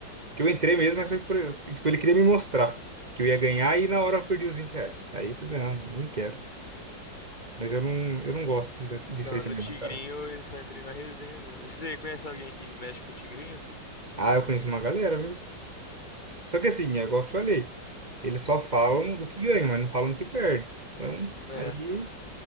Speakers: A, on the right; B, on the left.
A: que eu entrei mesmo, mas foi por... e, Tipo, ele queria me mostrar que eu ia ganhar e na hora eu perdi os 20 reais. Aí eu falei, não, nem quero. Mas eu não, eu não gosto disso, disso
B: Não,
A: aí também,
B: no Tigrinho
A: não, cara.
B: eu só entrei na resenha mesmo. Você conhece alguém que mexe com o Tigrinho?
A: Ah, eu conheço uma galera, viu? Só que assim, é igual eu te falei, eles só falam do que ganham, mas não falam do que perde. Então,
B: É,
A: aí,